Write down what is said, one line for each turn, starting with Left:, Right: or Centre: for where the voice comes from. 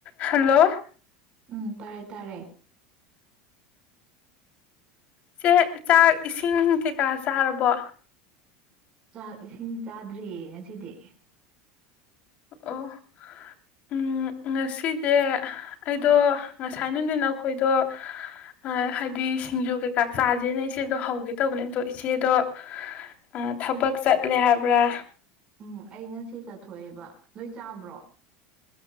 Left: ꯍꯥꯜꯂꯣ
Right: ꯎꯝ ꯇꯥꯔꯦ ꯇꯥꯔꯦ
Left: ꯆꯦ ꯆꯥꯛ ꯏꯁꯤꯡ ꯀꯩꯀꯥ ꯆꯥꯔꯕꯣ
Right: ꯆꯥꯛ ꯏꯁꯤꯡ ꯆꯥꯗ꯭ꯔꯤꯌꯦ ꯉꯁꯤꯗꯤ
Left: ꯑꯣ ꯎꯝ ꯉꯁꯤꯖꯦ ꯑꯩꯗꯣ ꯉꯁꯥꯏ ꯅꯨꯡꯗꯤꯟ ꯑꯩꯈꯣꯏꯗꯣ ꯑꯥ ꯍꯥꯏꯗꯤ ꯁꯤꯡꯖꯨ ꯀꯩꯀꯥ ꯆꯥꯥꯖꯦꯅ ꯏꯆꯦꯗꯣ ꯍꯧꯒꯦ ꯇꯧꯕꯅꯦ ꯑꯗꯣ ꯏꯆꯦꯗꯣ ꯑꯥ ꯊꯕꯛ ꯆꯠꯂꯦ ꯍꯥꯏꯕ꯭ꯔꯥ
Right: ꯎꯝ ꯑꯩ ꯉꯁꯤ ꯆꯠꯊꯣꯛꯑꯦꯕ ꯅꯣꯏ ꯆꯥꯕ꯭ꯔꯣ